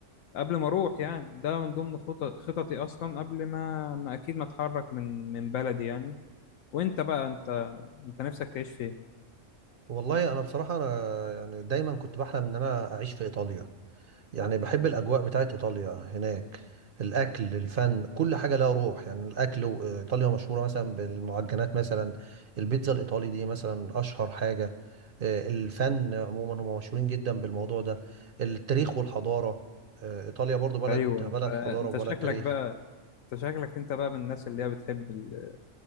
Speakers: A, on the left; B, on the right.
A: قبل ما اروح يعني ده من ضمن خطط خططي اصلا قبل ما, ما اكيد ما اتحرك من من بلدي يعني وانت بقى انت انت نفسك تعيش فين
B: والله انا بصراحة انا يعني دايما كنت بحلم ان انا اعيش في ايطاليا يعني بحب الأجواء بتاعت إيطاليا هناك الأكل الفن كل حاجة لها روح يعني الأكل و- إيطاليا مشهورة مثلا بالمعجنات مثلا البيتزا الإيطالي دي مثلا أشهر حاجة آه، الفن عموما هم مشهورين جدا بالموضوع ده التاريخ والحضارة آه، إيطاليا برضو بلد
A: ايوه
B: بلد
A: انت
B: حضارة
A: انت
B: وبلد
A: شكلك
B: تاريخ
A: بقى انت شكلك انت بقى من الناس اللي هي بتحب ال-